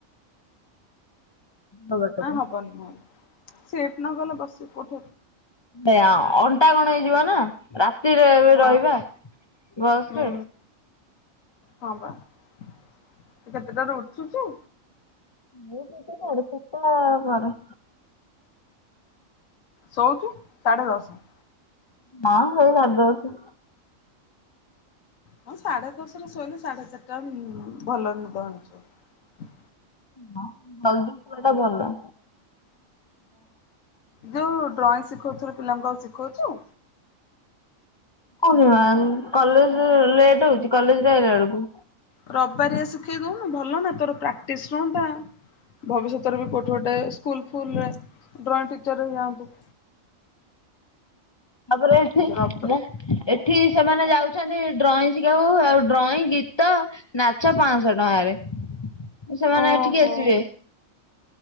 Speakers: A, on the left; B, on the left.
A: ବାଟକୁ।
B: ହବ ନାହିଁ ସିଟ ନ ଗଲେ ବସି କୋ
A: ସେଇଆ ଅଣ୍ଟା କଣ ହେଇଯିବ ନା? ରାତିରେ
B: ହଁ
A: ରହିବା ବସ୍
B: ହୁଁ
A: ରେ।
B: ହଁ ପା ତୁ କେତେଟାରୁ ଉଠୁଛୁ?
A: ମୁଁ ଉଠୁଛି ସାଢ଼େ ଚାରି ଟା ପରେ।
B: ଶୋଉଛୁ ସାଢେ ଦଶ?
A: ହଁ ସେଇ ସାଢେ ଦଶ ।
B: ହଁ ସାଢେ ଦଶରେ ଶୋଇଲେ ସାଢେ ଚାରିଟା ଭଲ ନିଦ ଭାଙ୍ଗିଜିବ।
A: ହଁ ଜଲଦି ଉଠିବାଟା ଭଲ।
B: ଯୋଉ ଡ୍ରଇଂ ଶିଖାଉ ପିଲାଙ୍କୁ ଆଉ ଶିଖାଉଛୁ?
A: କନ କଲେଜ ଲେଟ ହଉଛି କଲେଜ ରେ ଆଇଲା ବେଳକୁ।
B: ରବିବାରିଆ ଶିଖେଇ ଦଉନୁ ଭଲ ନା ତୋର ପ୍ରାକ୍ଟିସ ରୁହନ୍ତା। ଭବିଷ୍ୟତରେ କୋଉଠି ଗୋଟେ ଭଲ ସ୍କୁଲ ଫଲ ଡ୍ରଂର ହେ ଯାଆନ୍ତୁ।
A: ତାପରେ ଏଠି
B: ରବ
A: ମୁଁ ଏଠି ସେମାନେ ଯାଉଛନ୍ତି ଡ୍ରଇଂ ଶିଖିବାକୁ ଆଉ ଡ୍ରଇଂ ଗୀତ ନାଚ ପାଞ୍ଚଶହ ଟଙ୍କାରେ। ସେମାନେ
B: ଓହୋ।
A: ଏଠିକି ଆସିବେ।